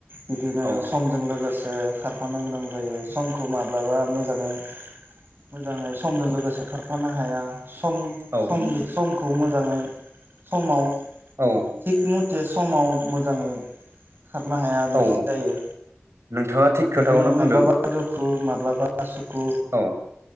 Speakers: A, on the right; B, on the right.
A: बिदिनो
B: औ
A: समजों लोगोसे फानो गोनां जायो समखौ माब माब्लाबा मोजाङै मोजाङै समजों लोगोसे खारफानो हाया सम
B: औ
A: समनि समख खौ मोजाङै समाव
B: औ
A: थिक मुथ जे समाव मोजाङै खारनो हाया बिदि
B: औ
A: जायो
B: नोंथाङा थिग खोथाखौनो
A: बिदिनो
B: बुंदों
A: माब्लाबा दुखु माब्लाबा सुखु
B: औ